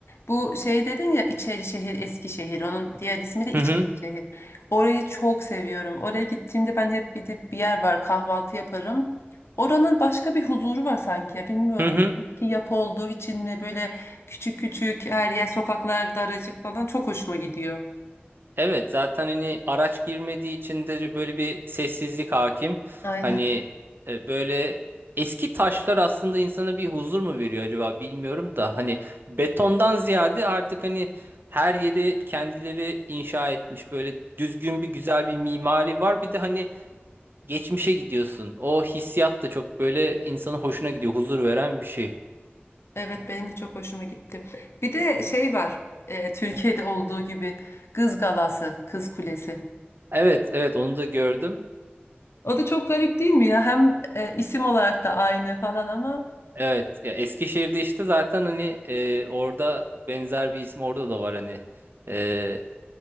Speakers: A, on the left; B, on the right.
A: Bu şey dedin ya Şehir, Eskişehir. Onun diğer ismi de
B: Hı hı.
A: şehir. Orayı çok seviyorum. Oraya gittiğimde ben hep gidip bir yer var kahvaltı yaparım. Oranın başka bir huzuru var sanki ya bilmiyorum.
B: Hı hı.
A: Ki yapı olduğu için mi böyle küçük küçük her yer sokaklar daracık falan çok hoşuma gidiyor.
B: Evet zaten hani araç girmediği için de böyle bir sessizlik hakim.
A: Aynen.
B: Hani e, böyle eski taşlar aslında insana bir huzur mu veriyor acaba bilmiyorum da hani betondan ziyade artık hani her yeri kendileri inşa etmiş böyle düzgün bir güzel bir mimari var. Bir de hani geçmişe gidiyorsun. O hissiyat da çok böyle insanın hoşuna gidiyor, huzur veren bir şey.
A: Evet benim de çok hoşuma gitti. Bir de şey var. e, Türkiye'de olduğu gibi Kız Galası, Kız Kulesi.
B: Evet, evet onu da gördüm.
A: O da çok garip değil mi ya? Hem e, isim olarak da aynı falan ama
B: Evet, ya Eskişehir'de işte zaten hani e, orada benzer bir isim orada da var hani. E,